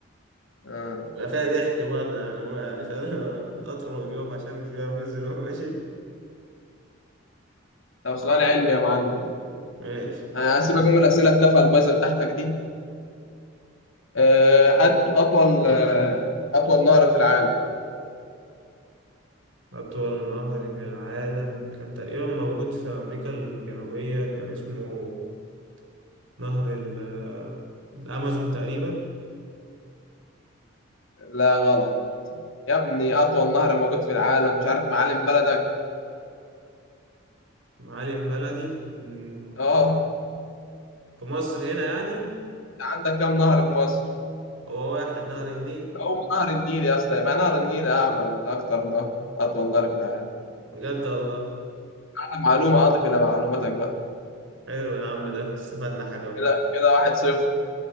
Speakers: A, on the left (about 75°); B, on the right (about 75°).
A: آه.
B: يبقى فيها ضحك برضه يعني هو يعني فاهم <laughs> القطر ما بيقف عشان مش بيعرف ينزل وهو ماشي
A: طب سؤال علمي يا معلم
B: ماشي
A: أنا هسيبك من الأسئلة التافهة البايظة بتاعتك دي آه، أط- أطول آه، أطول نهر في العالم
B: أطول نهر في العالم كان تقريبا موجود في أمريكا الجنوبية كان اسمه نهر ال- آه، الأمازون تقريبا
A: لا غلط يا ابني أطول نهر موجود في العالم مش عارف معالم بلدك
B: معالم بلدي مم.
A: أه أنت
B: في مصر هنا يعني
A: عندك كام نهر في مصر؟
B: هو واحد نهر النيل
A: هو نهر النيل يا اسطى يبقى نهر النيل أعمل أكتر نهر أطول نهر في العالم
B: بجد والله
A: أنا معلومة أضف إلى معلوماتك بقى
B: حلو يا عم ده استفدنا حاجة بقى.
A: كده كده واحد صفر